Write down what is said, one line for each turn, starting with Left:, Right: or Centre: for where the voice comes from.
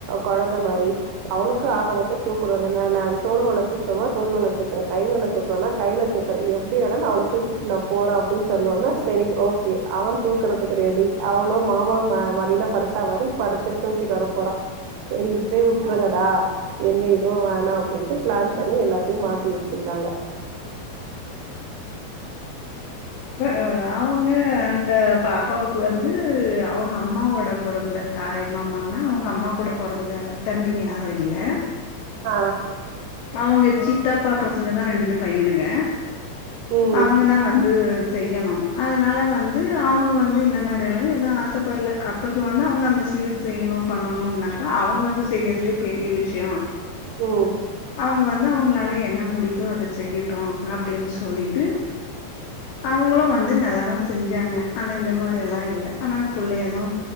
Right: கொழந்த மாரி அவளுக்கு ஆக மொத்தோ தூக் க்குறது நா நா தோல் மேல தூக்கனுமா தோல் மேல தூக்கற கை மேல் தூக்கனுன்னா கை மேல தூக்கற எப்டினாலும் நா அவள தூக்கிட்டு நாம் போறோ அப்டின் சொன்ன ஒன்னே சேரி ஓகே அவன் தூக்குறதுக்கு ரெடி அவளு மாம ம மடியில படுத்தா மாரி படுத்து தூக்கிட்டு வர போறா சேரி இப்டியே உட்ருங்கடா எந்த இதுவு வேணா அப்டின்ட்டு பிளேன் பண்ணி எல்லாத்தையு மாத்தி வெச்சுருந்தாங்க
Left: பரவால்ல அவுங்க அந்த பாப்பாவுக்கு வந்து அவுங்க அம்மாவோட பொறந்த தாய் மாமன்னா அவுங்க அம்மா கூட பொறந்த தம்பிங்க யாரு இல்ல
Right: ஆ
Left: அவங்க சித்தாப்பா பசங்க தா ரெண்டு பையனுங்க
Right: ம்
Left: அவங்க தா வந்து செய்யணு அதனால வந்து அவங்க வந்து இந்த மாரிலா ஏதா ஆசப்படல அப்பக்கு வந்து அவங்க அந்த சீர் செய்யணு பண்ணணும்னாக்கா அவங்க வந்து செய்யறதே பெரிய விஷயோ
Right: ம்
Left: அவங்க வந் வந்து அவங்களால என்ன முடியுதோ அத செய்யட்டோ அப்டின்னு சொல்லிட்டு அவங்களு வந்து நல்லாதா செஞ்சாங்க ஆனா இந்த மாரிலா இல்ல ஆனா பிள்ளையலா